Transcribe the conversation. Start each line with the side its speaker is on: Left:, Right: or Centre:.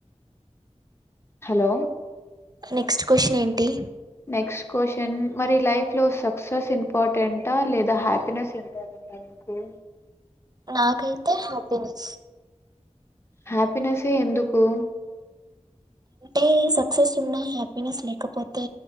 Left: hello!
Right: Next question ఏంటి?
Left: నెక్స్ట్ క్వశ్చన్ మరి లైఫ్ లో సక్సెస్ ఇంపార్టెంటా లేదా హ్యాపీనెస్ ఇంపార్టెంటెంటా. అయితే
Right: నాకైతే హ్యాపీనెస్.
Left: హ్యాపీనెస్సే ఎందుకు?
Right: అంటే సక్సెస్ ఉన్న హ్యాపీనెస్ లేకపోతే